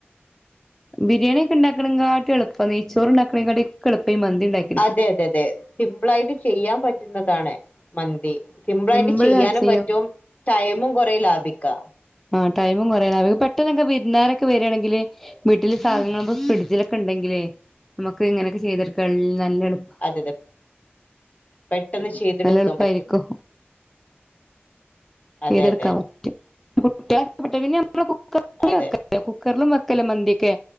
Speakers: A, in the centre; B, on the left.
A: ബിരിയാണിക്കെ ഉണ്ടാക്കണ കാട്ടി എളുപ്പം നെയ്ച്ചോറ് ഉണ്ടാക്കണെകാട്ടീംക്കെ എളുപ്പ ഈ മന്തി ഉണ്ടാക്കി
B: അതെ അതെ അതെ സിമ്പിളായിട്ട് ചെയ്യാൻ പറ്റുന്നതാണ് മന്തി സിംമ്പിളായിട്ട്
A: സിമ്പിളായിട്ട്
B: ചെയ്യാനും
A: ചെയ്യും
B: പറ്റും ടൈമും കുറേ ലാഭിക്കാ
A: ആ ടൈും കുറല്ല അവക്ക് പെട്ടെന്നൊക്കെ വിരുന്നാരൊക്കെ വരികയാണെങ്കില് വീട്ടിൽ സാധനങ്ങള് ഇ ഫ്രിഡ്ജിലൊക്കെ ഉണ്ടെങ്കിലേ നമുക്ക് ഇങ്ങനെയൊക്കെ ചെയ്തെടുക്ക നല്ല എളുപ്പ
B: അതെതെ പെട്ടെന്ന് ചെയ്തെടുക്കാൻ
A: നല്ല എളുപ്പായിരിക്കും
B: പറ്റും അതെ
A: ചെയ്തെടുക്കാൻ
B: അതെ
A: പറ്റും കുട്ടയ്ക് പിന്നെ നമ്മ കുക്കറക്കെ
B: അതെ
A: കുക്കറിലും വെക്കലും മന്തിയൊക്കെ